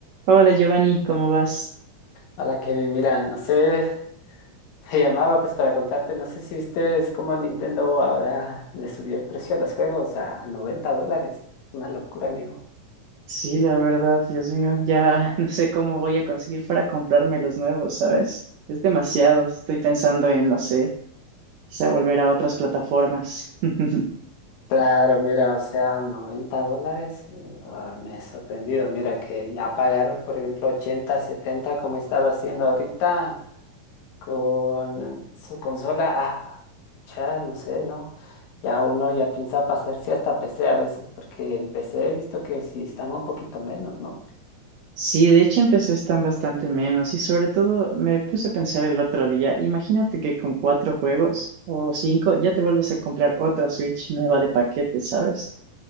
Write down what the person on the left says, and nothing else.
Hola Kevin, mira, no sé, <laughs> te llamaba pues para contarte, no sé si viste cómo Nintendo ahora le subió el precio a los juegos a 90 dólares. Una locura, amigo.
Claro, mira, o sea, 90 dólares, mm, ah, me he sorprendido. Mira que ya pagar, por ejemplo, ochenta setenta como he estado haciendo ahorita con su consola, ah, ya, no sé, no. Ya uno ya piensa pasarse hasta PC a veces, porque en PC he visto que si están un poquito menos, ¿no?